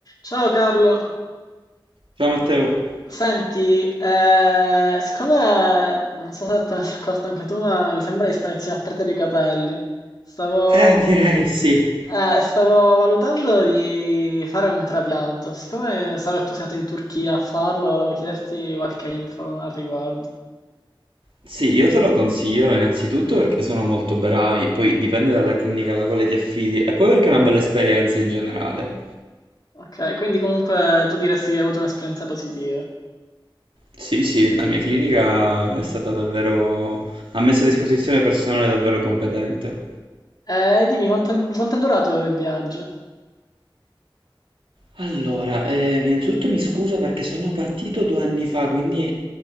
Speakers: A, on the left; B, on the right.
A: Ciao Carlo,
B: Ciao Matteo.
A: senti, eh, siccome non so se te ne sei accorto anche tu, ma mi sembra che stai iniziando a perdere i capelli. Stavo,
B: Eh, direi sì.
A: eh, stavo valutando di fare un trapianto. Siccome so che tu sei andato in Turchia a farlo, volevo chiederti qualche info al riguardo.
B: Sì, io te lo consiglio innanzitutto perché sono molto bravi, poi dipende dalla clinica alla quale ti affidi e poi perché è una bella esperienza in generale.
A: Ok, quindi comunque tu diresti che hai avuto un'esperienza positiva.
B: Sì, sì, la mia clinica è stata davvero... ha messo a disposizione personale davvero competente.
A: Eh, dimmi quanto è, quanto è durato il viaggio?
B: Allora, eh, innanzitutto mi scuso perché sono partito due anni fa, quindi